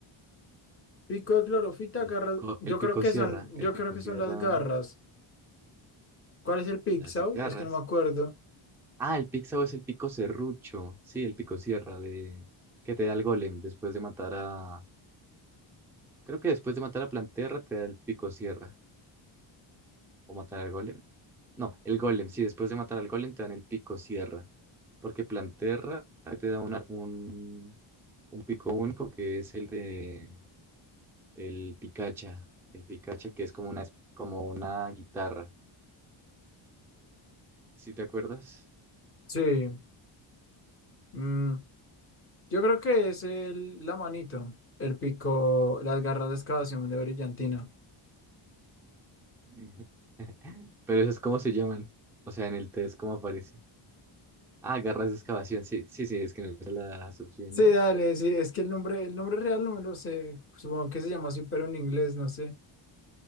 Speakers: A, on the left (about 25°); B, in the centre.
A: Pico de clorofita,
B: El
A: garras.
B: pico,
A: Yo
B: el pico
A: creo que
B: Sierra,
A: son,
B: El
A: yo
B: pico
A: creo que
B: Sierra
A: son las garras. ¿Cuál es el pixau?
B: las garras.
A: Es que no me acuerdo.
B: Ah, el Pixao es el pico serrucho. Sí, el pico Sierra de que te da el golem después de matar a. Creo que después de matar a Planterra te da el pico Sierra. ¿O matar al golem? No, el golem. Sí, después de matar al golem te dan el pico sierra. Porque Planterra te da una- un, un pico único que es el de el Picacha. El Picacha que es como una, es- como una guitarra. ¿Sí te acuerdas?
A: Sí. mm, yo creo que es el, la manito. El pico, las garras de excavación de brillantina.
B: <laughs> Pero eso es como se llaman. O sea, en el test, ¿cómo aparece? Ah, garras de excavación. Sí, sí, sí, es que no sé las opciones.
A: Sí, dale, sí, es que el nombre, el nombre real no me lo sé. Supongo que se llama así, pero en inglés, no sé.